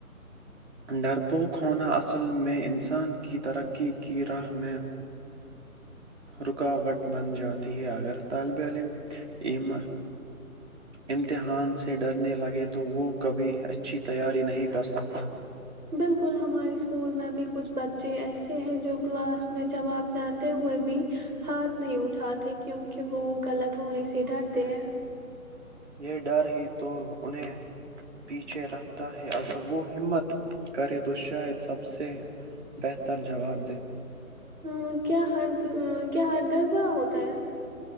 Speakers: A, on the right; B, on the right.
A: ڈرپوک ہونا اصل میں انسان کی ترقی کی راہ میں رکاوٹ بن جاتی ہے اگر طالب علملم عم امتحان سے ڈرنے لگے تو وہ کبھی اچھی تیاری نہیں کرسکتا
B: بالکل ہمارے اسکول میں بھی کچھ بچے ایسے ہیں جو کلاس میں جواب جانتے ہوئے بھی ہاتھ نہیں اٹھاتے کیونکہ وہ غلط ہونے سے ڈرتے ہیں
A: یہ ڈر ہی تو انہیں پیچھے رکھتا ہے اگر وہ ہمت کرے تو شاید سب سے بہتر جواب دے
B: ہاں کیا ہر کیا ہر ڈر ب ہوتا ہے